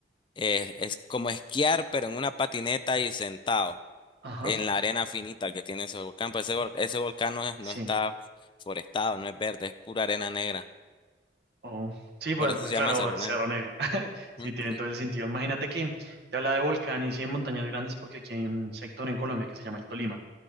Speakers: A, on the left; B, on the right.
A: eh, es como esquiar, pero en una patineta y sentado.
B: ajá,
A: en la arena finita que tiene ese volcán, pues ese, vol- ese volcán no es-
B: sí.
A: no está forestado, no es verde, es pura arena negra.
B: Oh. Sí, pues,
A: Por eso
B: pues
A: se
B: claro,
A: llama Seronero.
B: Cerro Negro. <laughs> Sí,
A: Ujú.
B: tiene todo el sentido. Imagínate que te habla de volcanes y de montañas grandes porque aquí hay un sector en Colombia que se llama el Tolima